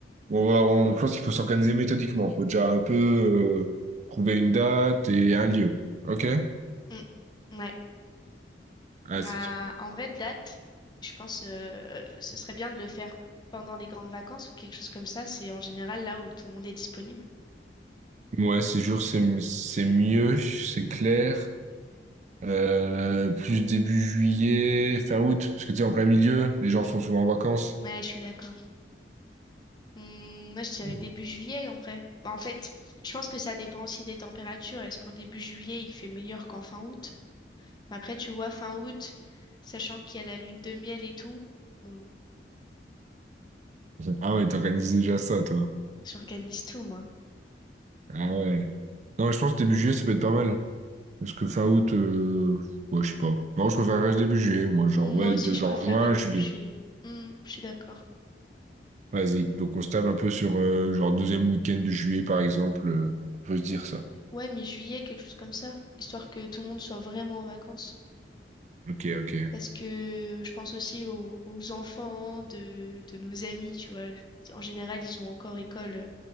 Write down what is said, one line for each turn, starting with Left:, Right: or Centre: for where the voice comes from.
Right: On va, on, je pense qu'il faut s'organiser méthodiquement. Faut déjà un peu, euh, trouver une date et un lieu. Ok?
Left: Mm. Ouais.
Right: Ah
Left: Bah,
Right: si.
Left: en vrai, date, je pense euh, ce serait bien de le faire pendant les grandes vacances ou quelque chose comme ça. C'est en général là où tout le monde est disponible.
Right: Ouais, c'est sûr, c'est c'est mieux, c'est clair. Euh, plus début juillet, fin août, parce que tu sais, en plein milieu, les gens sont souvent en vacances.
Left: Ouais, je suis d'accord. Hum, moi, je dirais
Right: <laughs>
Left: début juillet en vrai. Bah, en fait, je pense que ça dépend aussi des températures. Est-ce qu'en début juillet, il fait meilleur qu'en fin août? Mais Après, tu vois, fin août, sachant qu'il y a la lune de miel et tout, bon,
Right: Ah ouais, t'organises déjà ça, toi.
Left: j'organise tout, moi.
Right: Ah ouais. Non, mais je pense que début juillet, ça peut être pas mal. Parce que fin août, euh... ouais, je sais pas. Non, je préfère reste début juillet, moi. Genre,
Left: Hum,
Right: ouais,
Left: moi aussi,
Right: de-
Left: je
Right: genre
Left: préférerais
Right: juin,
Left: début
Right: juillet.
Left: juillet. Hum, je suis d'accord.
Right: Vas-y. Donc, on se tape un peu sur, euh, genre, deuxième week-end de juillet, par exemple. euh, On peut se dire ça.
Left: Ouais, mi-juillet, quelque chose comme ça, histoire que tout le monde soit vraiment en vacances.
Right: Ok, ok.
Left: Parce que je pense aussi aux, aux enfants de, de nos amis, tu vois. En général, ils ont encore école euh,